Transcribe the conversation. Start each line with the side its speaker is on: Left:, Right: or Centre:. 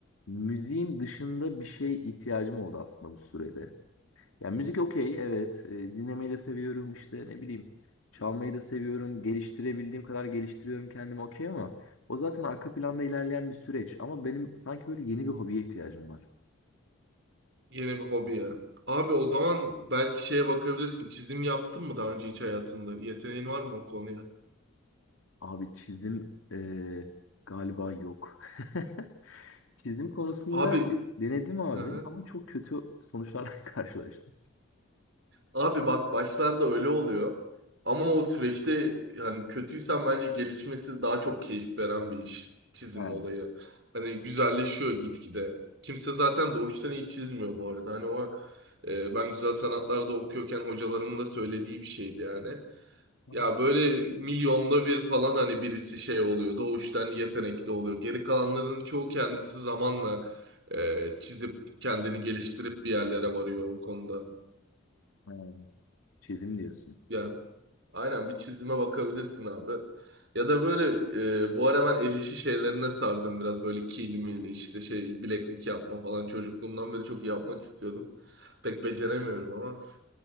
Left: müziğin dışında bir şey ihtiyacım oldu aslında bu sürede. Ya müzik okey evet. E, dinlemeyi de seviyorum işte ne bileyim. Çalmayı da seviyorum. Geliştirebildiğim kadar geliştiriyorum kendimi okey ama o zaten arka planda ilerleyen bir süreç. Ama benim sanki böyle yeni bir hobiye ihtiyacım var.
Right: Yeni bir hobi ya. Abi o zaman belki şeye bakabilirsin. Çizim yaptın mı daha önce hiç hayatında? Yeteneğin var mı o konuya?
Left: Abi çizim e, galiba yok. <laughs> Çizim konusunda
Right: Abi
Left: de- denedim abi
Right: hı hı.
Left: ama çok kötü sonuçlarla <laughs> karşılaştım.
Right: Abi bak başlarda öyle oluyor. Ama o süreçte yani kötüysen bence gelişmesi daha çok keyif veren bir iş. Çizim
Left: Ha,
Right: olayı. Hani güzelleşiyor gitgide. Kimse zaten doğuştan iyi çizmiyor bu arada. Hani o e, ben güzel sanatlarda okuyorken hocalarımın da söylediği bir şeydi yani.
Left: tamam.
Right: Ya böyle milyonda bir falan hani birisi şey oluyor. Doğuştan yetenekli oluyor. Geri kalanların çoğu kendisi zamanla e, çizip kendini geliştirip bir yerlere varıyor o konuda.
Left: Ha, Çizim diyorsun.
Right: Yani Aynen bir çizime bakabilirsin abi. Ya da böyle e, bu ara ben el işi şeylerine sardım biraz böyle kil mil işte şey bileklik yapma falan çocukluğumdan beri çok yapmak istiyordum. Pek beceremiyorum ama